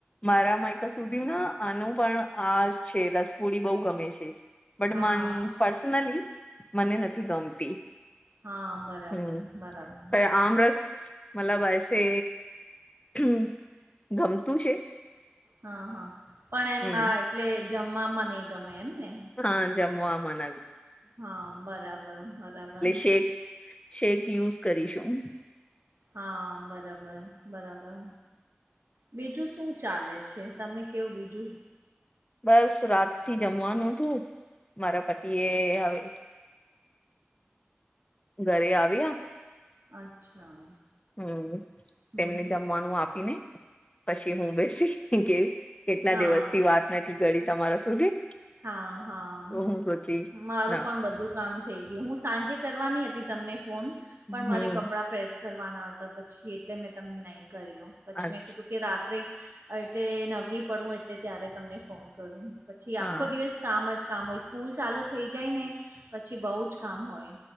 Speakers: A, on the left; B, on the right.
A: મારા માયકા સુધી ના આનું પણ આ છે રસપુડી બહ ગમે છે. બટ
B: હા
A: મન પર્સનલી મને નથી ગમતી.
B: હા બરાબર
A: હમ
B: બરાબર.
A: પણ આમરસ મતલબ એસે હ ગમતું છે.
B: હા હા પણ એમ
A: હમ
B: એટલે જમવામાં નહી ગમે એમને
A: હા જમવા નગ્
B: હા બરાબર બરાબર.
A: શેક શેક યુઝ કરીશું.
B: હા બરાબર બરાબર બીજું શું ચાલે છે. તમે કેવું બીજું.
A: બસ રાત થી જમવાનું તું મારા પતિ એ હવે ઘરે આવી્યા.
B: અચ્છા
A: હમ્મ
B: હમ
A: તેમને
B: હમ
A: જમવાનું આપીને પછી હું બેસી કે કેટલા
B: હા
A: દિવસ થી વાત નથી કરી તમારા સુધી
B: હા હા
A: તો હું સોચી
B: મારું
A: ના
B: પણ બધું કામ થેય હું સાંજે કરવાની હતી તમને ફોન પણ
A: હમ
B: મારે કપડાં પ્રેસ કરવાના હતા પછી એટલે મેં તમને નહી કર્યું પછી
A: અચ્છા
B: મેં કીધું કે રાત્રે એટલે નવરી પડું એટલે ત્યારે તમને ફોન કરું પછી
A: હા
B: આખો દિવસ કામ જ કામ હોય સ્કૂલ ચાલુ થઈ જાય ને પછી બઉ જ કામ હોય.